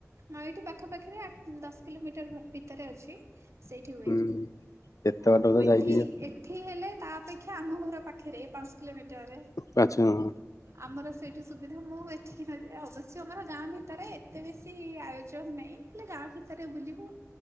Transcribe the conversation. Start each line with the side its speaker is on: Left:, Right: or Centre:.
Right: ଆଁ ଏଇଠି ପାଖ ପାାଖିରେ ଆ ଦଶ କିଲୋମିଟର ଭିତରେ ଅଛି ସେଇଠି ହୁଏ
Left: ହୁଁ। ଏତେ
Right: ଆଉ
Left: ବାଟ ତ
Right: ଏଠି
Left: ଯାଇକି
Right: ଏଠି ଲେ ତା ଅପେକ୍ଷା ଆମ ଘର ପାଖରେ ପାଞ୍ଚ କିଲୋମିଟରରେ
Left: ପାଞ୍ଚ ହୁଁ
Right: ଆମର ସେଇଠୁ ସୁବିଧା ମୁଁ ଏତିକି ନ ଯେ ଅବଶ୍ୟ ଆମର ଗାଁ ଭିତରେ ଏତେ ବେଶୀ ଆୟୋଜନ ନାହିଁ। ହେଲେ ଗାଁ ଭିତରେ ବୁଲିବୁ